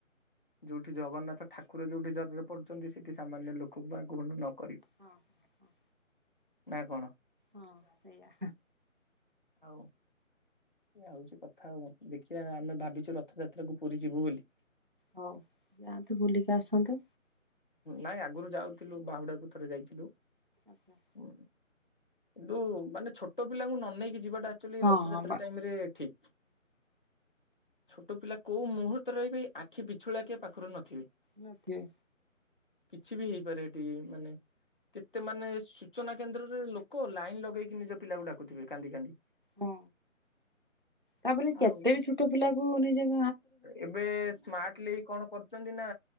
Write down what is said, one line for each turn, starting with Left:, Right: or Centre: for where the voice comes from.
Left: ଯୋଉଠି ଜଗନ୍ନାଥ ଠାକୁର ଯୋଉଠି ଜରରେ ପଡୁଚନ୍ତି ସେଠି ସାମାନ୍ୟ ଲୋକୋଙ୍କୁ। <unintelligible>
Right: ହଁ ହଁ।
Left: ନା କଣ?
Right: ହଁ ସେଇଆ।
Left: ଆଉ ଏୟା ହୋଉଚି କଥା ଆଉ ଦେଖିଆ ଆମେ ଭାବିଛୁ ରଥଯାତ୍ରା କୁ ପୁରୀ ଯିବୁ ବୁଲି।
Right: ହୋଉ ଯାଆନ୍ତୁ ବୁଲିକି ଆସନ୍ତୁ।
Left: ନାଇଁ ଆଗୁରୁ ଯାଉଥିଲୁ ବାହୁଡାକୁ ଥରେ ଯାଇଥିଲୁ।
Right: ଆଚ୍ଛା।
Left: ଉଁ, କିନ୍ତୁ ମାନେ ଛୋଟୋ ପିଲାଙ୍କୁ ନ ନେଇକି ଯିବାଟା ଆକ୍ଚୋଲି
Right: ହଁ
Left: ରଥଯା
Right: ହଁ
Left: ତ୍ରା
Right: ବା
Left: ଟାଇମ୍ ରେ ଠିକ। ଛୋଟୋ ପିଲା କୋଉ ମୁହୂର୍ତ୍ତ ରେ ବି ଆଖି ବିଛୁଳା କେ ପାଖୁରୁ ନଥିବେ।
Right: ନଥିବେ।
Left: କିଛି ବି ହେଇପାରେ ଏଠି ମାନେ କେତେ ମାନେ ସୂଚନା କେନ୍ଦ୍ରରେ ଲୋକୋ ଲାଇନ୍ ଲଗେଇକି ନିଜ ପିଲାକୁ ଡାକୁଥିବେ କାନ୍ଦି କାନ୍ଦି।
Right: ହଁ ତାପରେ କେତେ
Left: ଆଉ
Right: ବି ଛୋଟ ପିଲା କୁ ନେଇଯାଇ
Left: ଏବେ ସ୍ମାର୍ଟଲି କଣ କରୁଛନ୍ତି ନା